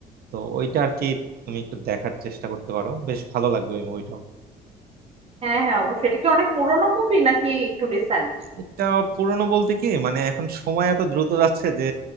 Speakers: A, on the right; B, on the right.
A: তো ওইটা আর কি তুমি একটু দেখার চেষ্টা করতে পারো বেশ ভালো লাগবে ওই মুভিটা
B: হ্যাঁ হ্যাঁ অবশ্যই এটা কি অনেক পুরোনো মুভি নাকি একটু রিসেন্ট
A: এটা পুরনো বলতে কি মানে এখন সময় এত দ্রুত যাচ্ছে যে